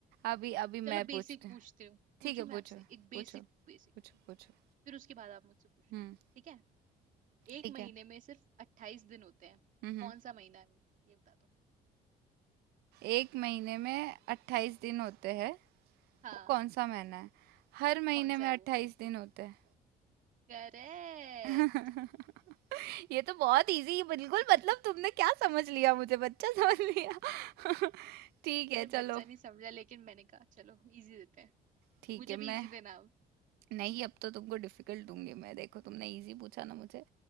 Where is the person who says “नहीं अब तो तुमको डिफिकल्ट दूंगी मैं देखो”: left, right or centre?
Right